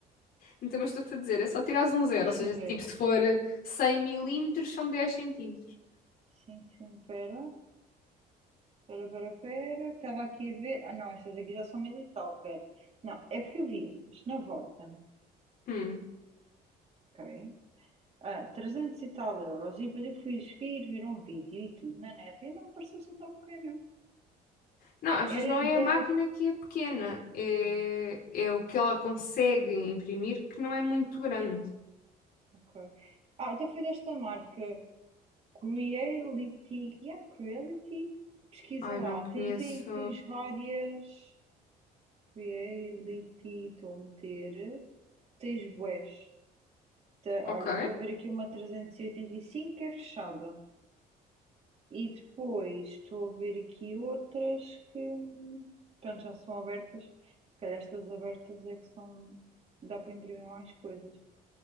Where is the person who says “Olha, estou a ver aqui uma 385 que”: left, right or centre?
Right